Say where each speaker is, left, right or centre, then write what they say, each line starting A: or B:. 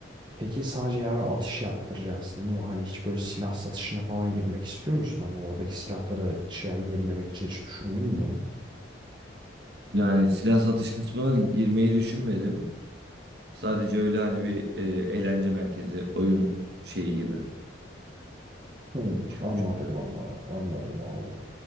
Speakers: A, on the right (about 25°); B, on the right (about 55°).
A: peki sadece yani atış yaptıracaksın değil mi? Hani hiç böyle silah satışına falan girmek istiyor musun? Hani oradaki silahları şey yenilemek için hiç düşündün mü bunu?
B: Yani silah satış kısmına girmeyi düşünmedim. Sadece öyle hani bir e, eğlence merkezi, oyun şeyi gibi
A: Hı,
B: düşünmüştüm.
A: anladım anladım anladım abi.